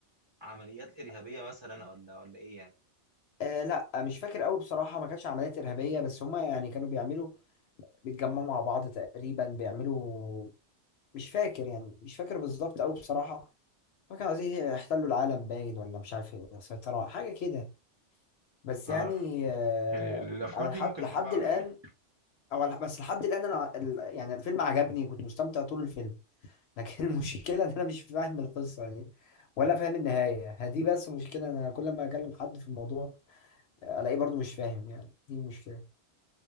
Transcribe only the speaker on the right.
عمليات إرهابية مثلا ولا ولا ايه يعني
انا
يعني الافكار
دي ممكن
احبها على
فكرة